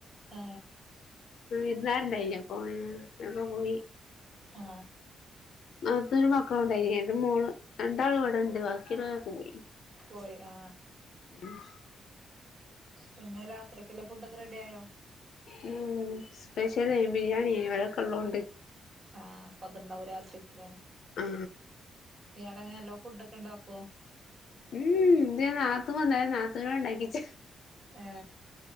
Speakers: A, on the right; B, on the left.
A: ആ
B: വിരുന്നാരുണ്ടായിപ്പോ അപ്പ പോയി
A: ആ
B: അതൊരു മക്കള ഉണ്ടായിരിക്ക രണ്ട് മോള് രണ്ടാള് ഇവിടെ ഉണ്ട് ബാക്കിയുള്ളെ പോയി
A: പോയി ആ
B: <unintelligible>
A: പിന്നെ രാത്രിക്കുള്ള ഫുഡൊക്കെ റെഡി ആയോ
B: മ് സ്പെഷ്യൽ ബിരിയാണി ഇവരൊക്കെ ഉള്ളത് ഉണ്ട്
A: ആ അപ്പൊ അത്ണ്ടാവും രാത്ക്ക്ല്ലെ
B: ആ
A: ഇയാളങ്ങനെ എല്ലോ ഫുഡ ഒക്കെ ഉണ്ടാക്കോ
B: മ് ഇന്റെ നാത്തും വന്നാല നാതൂന കൊണ്ട ഉണ്ടാക്കിച്ച
A: ആ